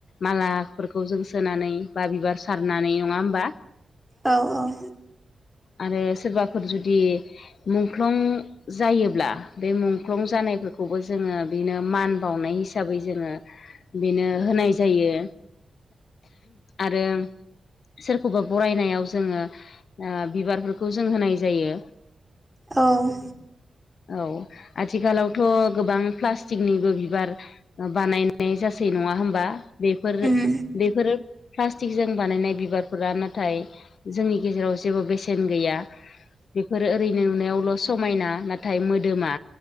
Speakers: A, on the left (about 65°); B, in the centre.
A: मालाफोरखौ जों सोनानै बा बिबार सारनानै नङा होमबा
B: औ औ
A: आरो सोरबाफोर जुदि मुंख्लं जायोब्ला बे मुंख्लं जानायफोरखौबो जोङो बिनो मान बावनाय हिसाबै जोङो बेनो होनाय जायो आरो सोरखौबा बरायनायाव जोङो बिबारफोरखौ जों होनाय जायो
B: औ
A: औ आथिखालावथ' गोबां प्लास्टिकनिबो बिबार बानायनाय जासै नङा होमबा बेफोरो
B: उम
A: बेफोरो प्लास्टिकजों बानायनाय बिबारफोरा नाथाय जोंनि गेजेराव जेबो बेसेन गैया बेफोर ओरैनो नुनायावल' समायना नाथाय मोदोमा